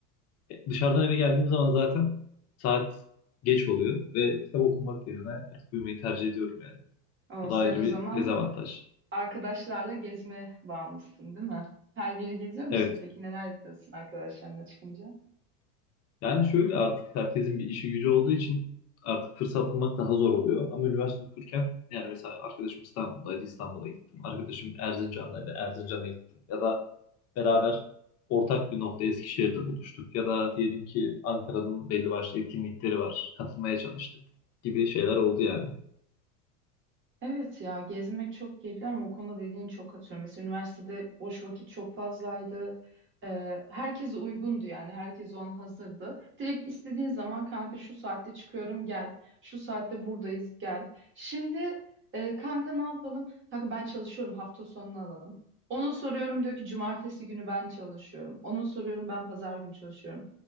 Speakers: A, on the left; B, on the right.
A: e, dışarıdan eve geldiğim zaman zaten saat geç oluyor ve kitap okumak yerine uyumayı tercih ediyorum yani.
B: O,
A: Bu da
B: sen
A: ayrı
B: o
A: bir
B: zaman
A: dezavantaj.
B: arkadaşlarla gezme bağımlısın, değil mi? Her yeri geziyor musun?
A: Evet.
B: Peki neler yapıyorsun arkadaşlarınla çıkınca?
A: Yani şöyle artık herkesin bir işi gücü olduğu için artık fırsat bulmak daha zor oluyor. Ama üniversite okurken yani mesela arkadaşım İstanbul'daydı İstanbul'a gittim. Arkadaşım Erzincan'daydı Erzincan'a gittim. Ya da beraber ortak bir nokta Eskişehir'de buluştuk. Ya da diyelim ki Ankara'nın belli başlı etkinlikleri var. Katılmaya çalıştık gibi şeyler oldu yani.
B: Evet ya gezmek çok keyifli ama o konuda dediğin çok atıyorum. Mesela üniversitede boş vakit çok fazlaydı. Ee, herkes uygundu yani herkes o an hazırdı. Direkt istediğin zaman kanka şu saatte çıkıyorum gel. Şu saatte buradayız gel. Şimdi e, kanka ne yapalım? Kanka ben çalışıyorum hafta sonunu alalım. Onu soruyorum diyor ki cumartesi günü ben çalışıyorum. Onu soruyorum ben pazar günü çalışıyorum.